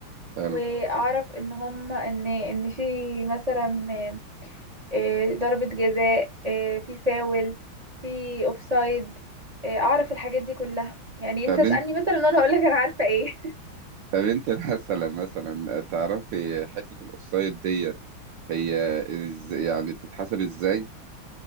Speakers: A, on the right (about 70°); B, on the right (about 40°).
A: حلو
B: واعرف ان هما ان ان في مثلا آه، ضربة جزاء آه، في فاول في اوفسايد آه، اعرف الحاجات دي كلها يعني
A: طب
B: انت اسألني
A: انت
B: مثلا انا هقولك انا عارفة ايه
A: طب انت <laughs> مثلا مثلا تعرفي حتة الاوفسايد دي هي إز يعني بتتحسب ازاي